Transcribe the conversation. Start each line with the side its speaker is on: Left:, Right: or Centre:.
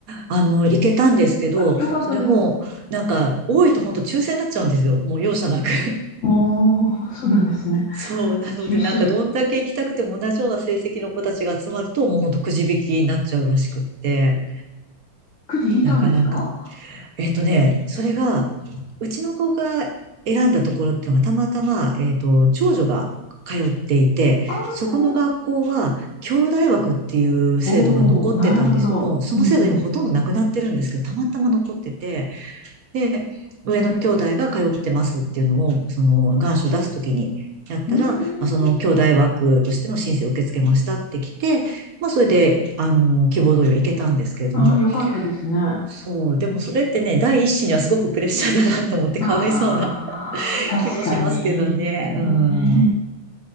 Right: あの、行けたんですけど、
Left: あ、よかったです。
Right: それも、なんか、多いと本当抽選になっちゃうんですよ。もう容赦なく。<laughs>
Left: おー、そうなんですね。
Right: そう。なので、
Left: 厳しい。
Right: なんか、どんだけ行きたくても同じような成績の子たちが集まると、もう本当くじ引きになっちゃうらしくって、
Left: くじ引いたんですか
Right: なかなか。えっとね、それが、うちの子が選んだところっていうのがたまたま、えっと、長女が通っていて、
Left: あー
Right: そこの学校は、兄弟枠っていう制度が残ってたんですよ。
Left: おお、なるほど。
Right: もうその制度今ほとんどなくなってるんですけど、
Left: うんうん。
Right: たまたま残ってて、で、上の兄弟が通ってますっていうのを、その願書を出すときにやったら、
Left: うーん。
Right: まあ、その兄弟枠としての申請を受け付けましたってきて、まあそれで、あの、希望通りは行けたんですけれども、
Left: ああ、よかったですね。あ
Right: そう、でもそれってね、第一子にはすごくプレッシャーだなと思ってかわいそうな
Left: あ、
Right: <laughs>
Left: 確かに。
Right: 気もしますけどね。うん。